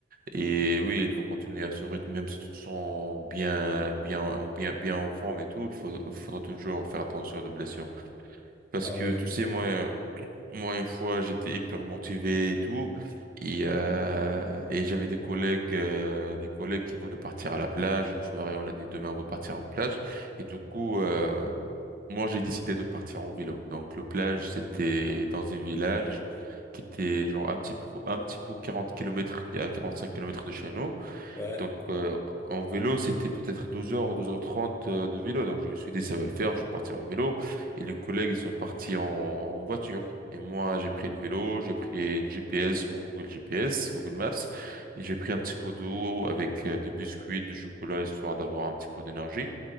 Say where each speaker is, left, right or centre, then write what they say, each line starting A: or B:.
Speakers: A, on the right (about 50°); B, on the left (about 15°).
A: Et oui, il faut continuer à ce rythme, même si tu te sens bien, bien, bien, bien en forme et tout, il faut, il faudra toujours faire attention aux blessures. Parce
B: Ah
A: que,
B: ouais,
A: tu sais, moi, euh, moi, une fois, j'étais hyper motivé et tout, et, euh, et j'avais des collègues, euh, des collègues qui voulaient partir à la plage. Le soir, et on a dit demain, on va partir en plage. Et du coup, euh, moi, j'ai décidé de partir en vélo. Donc, le plage, c'était dans un village qui était genre un petit, pro- un petit peu 40 kilomètres à cinq kilomètres de chez nous.
B: ouais.
A: Donc, euh, en vélo, c'était peut-être 12 heures, douze heures trente euh, de vélo. Donc, je me suis dit, ça va le faire. Je suis parti en vélo. Et les collègues, ils sont partis en voiture. Et moi, j'ai pris le vélo, j'ai pris le GPS, mon Google GPS, Google Maps. Et j'ai pris un petit pot d'eau avec euh, des biscuits, du chocolat, histoire d'avoir un petit peu d'énergie.